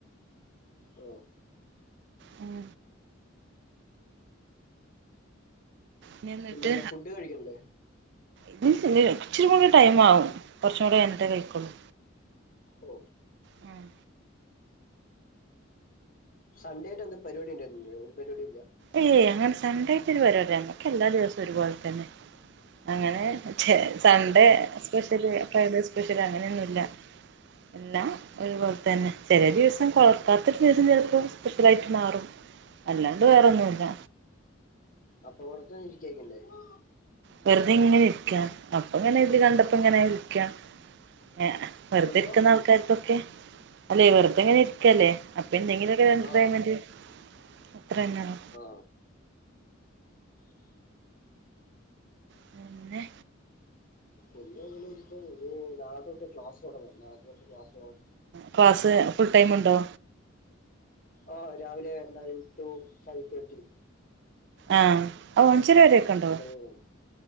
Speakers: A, on the left (about 45°); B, on the right (about 60°).
A: ഓ
B: ഉം ഇനി എന്നിട്ട്
A: പിന്നെ എന്താ ഫുഡ് കഴിക്കണ്ടേ
B: <unintelligible> ഇച്ചിരി കൂടി ടൈംമാവും കുറച്ചും കൂടെ കഴിഞ്ഞിട്ടേ കഴിക്കൂള്ളൂ
A: ഓ
B: ഉം
A: സൺഡേ ആയിട്ട് എന്തോ പരിപാടി ഉണ്ടായിരുന്നില്ലേ ഒരു പരിപാടിയില്ല
B: ഏയ് അങ്ങനെ സൺഡേ ആയിട്ട് ഒരു പരുപാടിയില്ല നമ്മുക്ക് എല്ലാ ദിവസവും ഒരു പോലെ തന്നെ അങ്ങനെ സൺഡേ സ്പെഷ്യല് ഫ്രൈഡേ സ്പെഷ്യല് അങ്ങനെയൊന്നുമില്ല എന്നാ ഒരുപോലെ തന്നെ ചെറിയ ദിവസം ഓർക്കാത്ത ദിവസം ചിലപ്പം സ്പെഷ്യലായിട്ട് മാറും അല്ലാ തെ വേറൊന്നുമില്ല
A: അപ്പൊ വെറുതേ <unintelligible>
B: വെറുതെ ഇങ്ങനെ ഇരിക്കാ അപ്പ പിന്നെ ഇത് കണ്ടപ്പോ ഇങ്ങനെ വിളിക്കാം ഇങ്ങനെ വെറുതെ
A: എന്തുവാ
B: ഇരിക്കുന്ന ആൾക്കാർക്കൊക്കെ അല്ലെ വെറുതെ ഇങ്ങനെ ഇരിക്കയല്ലേ അപ്പൊ എന്തെങ്കിലുമൊക്കെ ഒരു എന്റർടൈൻമെന്റ്
A: ആ
B: അത്ര തന്നെ ആണ്
A: ആ
B: പിന്നെ
A: പിന്നെ ഇങ്ങനെ ഇരിക്കുന്നു ഇപ്പോ ഈ നാളെത്തൊട്ട് ക്ലാസ് തുടങ്ങുക. നാളത്തൊട്ട് <unintelligible>
B: ക്ലാസ്സ് ഫുൾ ടൈമുണ്ടോ?
A: ആഹ് രാവിലെ നയൻ ടു ഫൈവ് തേർട്ടി.
B: ആഹ് ഒഞ്ചരവരെക്കെണ്ടോ?
A: <unintelligible>